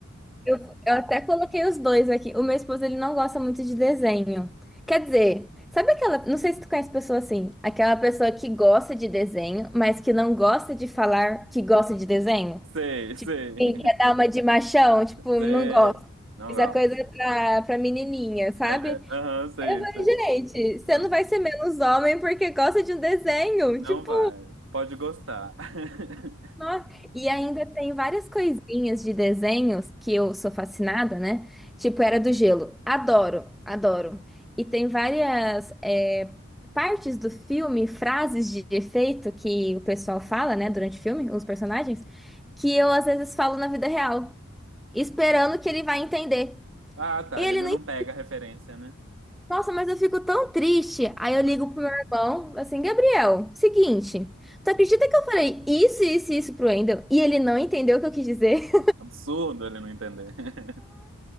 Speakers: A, in the centre; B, on the right (about 70°).
A: Eu, eu até coloquei os dois aqui. O meu esposo, ele não gosta muito de desenho. Quer dizer, sabe aquela, não sei se tu conhece pessoa assim, aquela pessoa que gosta de desenho, mas que não gosta de falar que gosta de desenho?
B: Sei, sei,
A: E quer dar uma de machão, tipo,
B: sei.
A: não gosta.
B: Não
A: Isso
B: gosto.
A: é coisa pra, pra menininha, sabe?
B: É, aham, sei,
A: Eu falei,
B: sei.
A: gente, você
B: Aham.
A: não vai ser menos homem porque gosta de um desenho.
B: Não
A: Tipo,
B: vai. Pode gostar. <laughs>
A: Nossa, E ainda tem várias coisinhas de desenhos que eu sou fascinada, né? Tipo Era do Gelo. Adoro, adoro. E tem várias é, partes do filme, frases de efeito que o pessoal fala, né, durante o filme, os personagens, que eu às vezes falo na vida real, esperando que ele vai entender.
B: Ah, tá.
A: E ele
B: E ele
A: não.
B: não
A: en-
B: pega a referência, né?
A: Nossa, mas eu fico tão triste. Aí
B: <laughs>
A: eu ligo pro meu irmão, assim, Gabriel, seguinte, tu acredita que eu falei isso, isso e isso pro Wendel e ele não entendeu o que eu quis dizer?
B: Absurdo ele não entender. <laughs>